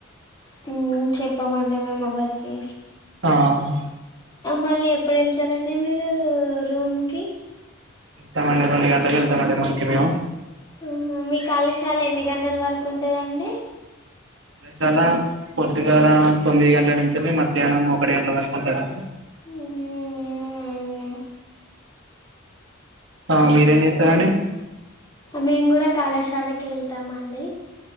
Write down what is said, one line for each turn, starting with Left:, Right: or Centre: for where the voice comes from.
Left: హమ్ చెప్పామండి మేం ఎవ్వరికి
Right: ఆహ్
Left: మళ్ళీ ఎప్పుడు వెళ్తారండి మీరు రూంకి
Right: వెళ్తాం అండి రెండు గంటలకి వెళ్తాము అండి రూంకి మేము
Left: ఉహు మీ కాళశాల ఎన్ని గంటల వరకు ఉంటదండి
Right: కళాశాల పొద్దుగల తొమ్మిది గంటల నుంచి అండి మధ్యాహ్నం ఒకటి గంటల వరకు ఉంటదండి
Left: హ్మ్. అవునా అండి.
Right: ఆ మీరేం చేస్తారాండి
Left: మేము కూడా కళాశాలకి ఏల్తం అండి